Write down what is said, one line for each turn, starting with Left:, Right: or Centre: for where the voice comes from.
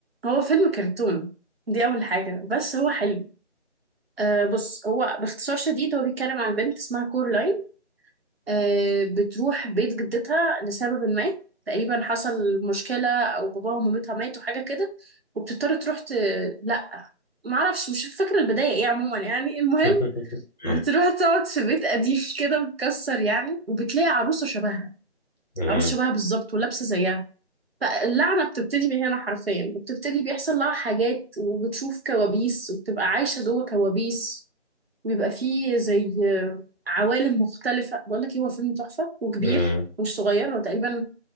Right: هو فيلم كرتون دي اول حاجه بس هو حلو آه بص هو باختصار شديد هو بيتكلم عن بنت اسمها كورلاين آه بتروح بيت جدتها لسبب ما تقريبا حصل مشكلة أو باباها ومامتها ماتوا حاجة كده وبتضطر تروح ت... لأ معرفش مش فاكرة البداية إيه عموما يعني المهم
Left: <laughs>
Right: بتروح تقعد في بيت قديم كده متكسر يعني وبتلاقي عروسة شبهها
Left: مم.
Right: عروس شبهها بالظبط ولابسة زيها فاللعنة بتبتدي من هنا حرفيا وبتبتدي بيحصل لها حاجات وبتشوف كوابيس وبتبقى عايشة جوه كوابيس وبيبقى فيه زي عوالم مختلفة بقول لك إيه، هو فيلم تحفة وكبير
Left: مم.
Right: مش صغير هو تقريبا